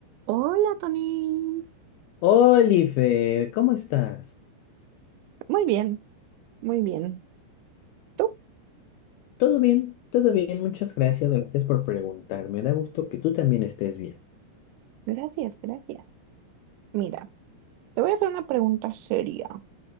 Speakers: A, on the right; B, on the left.
A: Hola, Tony.
B: Oliver, ¿cómo estás?
A: Muy bien, muy bien. ¿Tú?
B: ¿Todo bien? Todo bien, muchas gracias, gracias por preguntar. Me da gusto que tú también estés bien.
A: Gracias, gracias. Mira, te voy a hacer una pregunta seria.